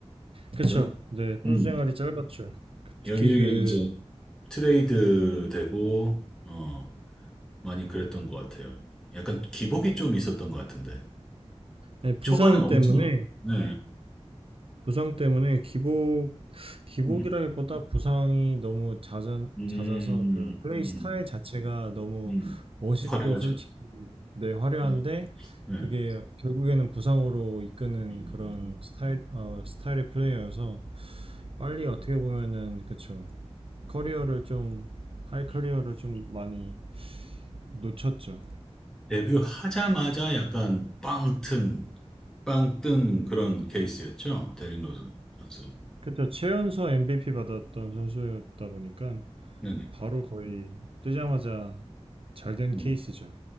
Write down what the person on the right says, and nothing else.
그쵸.
네, 선수
생활이 짧았죠. 그- 특히
그,
아니, 부상
때문에
부상 때문에 기복, 기복이라기보다
부상이 너무 잦아,
잦아서 그 플레이
스타일 자체가 너무
멋있고
솔직히 네, 화려한데
그게 결국에는 부상으로 이끄는
그런 스타일, 어, 스타일의 플레이어여서 빨리 어떻게 보면은 그쵸. 커리어를 좀, 하이 커리어를
좀 많이 놓쳤죠.
그쵸. 최연소 MVP 받았던 선수였다 보니까
바로 거의 뜨자마자 잘 된
케이스죠.